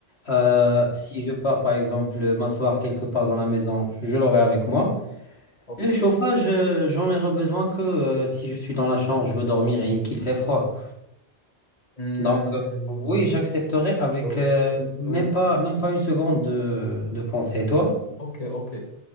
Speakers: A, on the left; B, on the left.
A: Euh,
B: Ok,
A: si je pars par exemple euh, m'asseoir quelque part dans la maison, je l'aurai avec moi.
B: ok.
A: Le chauffage, euh, j'en aurai besoin que euh, si je suis dans la chambre, je veux dormir et qu'il fait froid.
B: Hmm,
A: Donc, euh, oui, j'accepterai avec
B: oui,
A: euh, même
B: oui.
A: pas, même pas une seconde de, de pensée. Et toi?
B: Ok, ok.